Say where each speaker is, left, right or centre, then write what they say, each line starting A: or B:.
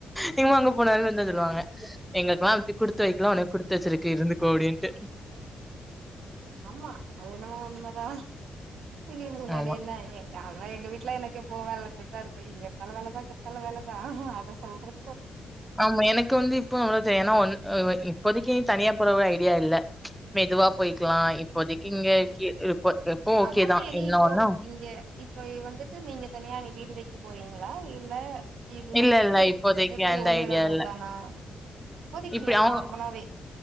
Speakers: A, in the centre; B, on the right.
A: எங்க அம்மா அங்க போனாலு இத தா சொல்லுவாங்க எங்களுக்கெல்லா அப்டி குடுத்து வைக்கல உனக்கு குடுத்து வச்சிருக்கு இருந்துகோ அப்டின்ட்டு
B: ஆமா அது என்னமோ உண்ம தா இங்கேயு முன்னாடில்லயே
A: ஆமா
B: அதலா எங்க வீட்ல எனக்கு எப்பவு வேல இருந்துகிட்டு தா இருக்கு இங்க இருந்தாலு வேல தா அங்க இருந்தாலு வேல தா அத சொல்றே
A: ஆமா எனக்கு வந்து இப்போ அவ்ளோ தெரியா ஏனா ஒன் அதுவாக்கி இப்போதைக்கு தனியா போற ஒரு ஐடியா இல்ல மெதுவா போயிக்கலா இப்போதைக்கு இங்க கீ இருப் போ எப்போ ஓகே
B: அம்மா
A: தா
B: இனி
A: என்ன
B: இப்போ
A: ஒண்ணு
B: இங்க இப்போ இது வந்துட்டு நீங்க தனியா வீடு வச்சு போறீங்களா இல்ல இது
A: இல்ல,
B: வந்துட்டு
A: இல்ல இப்போதைக்கு
B: எப்டி
A: அந்த
B: உங்களோடது
A: ஐடியா இல்ல.
B: தானா இப்போதைக்கு
A: இப்படி
B: இல்ல
A: அவங்க
B: நார்மலாவே